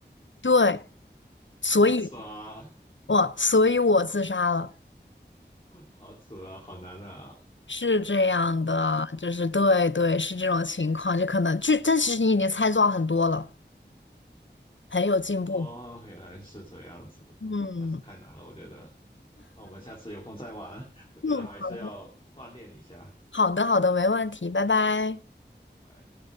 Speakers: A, on the left; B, on the left.
A: 对，所以
B: 好扯啊，
A: 我所以我自杀了。
B: <laughs> 好扯啊，好难啊！
A: 是这样的，就是对对，是这种情况，就可能就，但其实你已经猜到很多了，很有进步。
B: 哦，原来是这样子，
A: 嗯
B: 但是太难了，我觉得。那我们下次有空再玩，我觉得还是要锻炼一下。
A: <laughs> 嗯，好的好的，没问题，拜拜。
B: 拜拜。